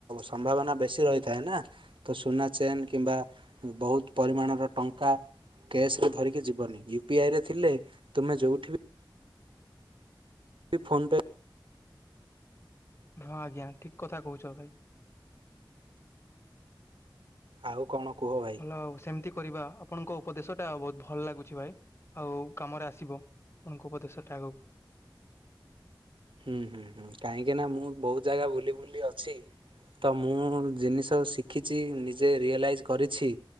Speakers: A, on the right; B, on the left.
A: ସମ୍ଭାବନା ବେଶୀ ରହିଥାଏ ନା। ତ ସୁନା ଚେନ୍ କିମ୍ବା ବହୁତ ପରିମାଣର ଟଙ୍କା ରେ ଧରିକି ଯିବନି ୟୁ ପିଆଇ ରେ ଥିଲେ ତୁମେ ଯୋଉଠି ବି ଫୋନ୍ ପେ
B: ହଁ ଆଜ୍ଞା ଠିକ କଥା କହୁଛ ଭାଇ।
A: ଆଉ କଣ କୁହ ଭାଇ।
B: ହଉ ସେମିତି କରିବା ଆପଣଙ୍କ ଉପଦେଶ ଟା ବହୁତ ଭଲ ଲାଗୁଛି ଭାଇ ଆଉ କାମରେ ଆସିବ। ଆପଣଙ୍କ ଉପଦେଶଟା ଆଗକୁ
A: ହୁଁ ହୁଁ ହୁଁ କାହିଁକି ନା ମୁଁ ବହୁତ ଜାଗା ବୁଲି ବୁଲି ଅଛି। ତ ମୁଁ ଜିନିଷ ଶିଖିଛି ନିଜେ ରିଏଲାଇଜ୍ କରିଛି।